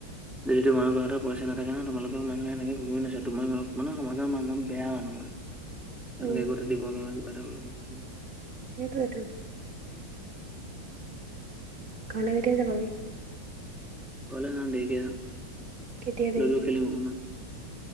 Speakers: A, in the centre; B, on the right.
A: যদিহ তোমাৰ হাতত পইচা নাথকে, সেইকাৰণে তোমালোকৰ মানুহে এনেকৈ গৈ নাছে তোমাৰ অলপানে সমাজৰ মান অপ বেয়া মানুহ মই তেওঁলোকে
B: উম
A: একোতে দিব নোৱাৰাৰে কিব এটা কৰিব।
B: সেইটোৱেটো ঘৰলে কেতিয়া যাব গে।
A: ক'লে যাওঁ দেৰিকে য
B: কেতিয়া দেৰি
A: লুডু খেলিম অকমান